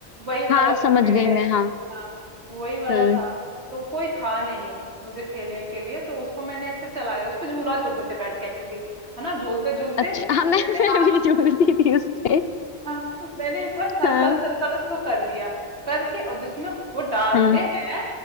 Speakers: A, on the right; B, on the left.
A: वही वाला
B: हाँ समझ
A: था मेरे
B: गई
A: यहाँ
B: मैं हाँ
A: हाँ वही वाला
B: हम्म
A: था तो कोई था नहीं मुझे खेलने के लिए तो उसको मैंने ऐसे चलाया उस पे झूला झूलते थे बैठ के एक्चुअली है ना झूलते झूलते
B: अच्छा हाँ
A: वो
B: मैं
A: मैंने
B: मैं
A: हाँ
B: भी जूझती
A: <laughs>
B: थी उससे
A: हाँ मैंने एक बार सर्कल
B: हाँ
A: सर्कल उसको कर दिया करके और जिसमें वो डालते
B: हम्म
A: हैं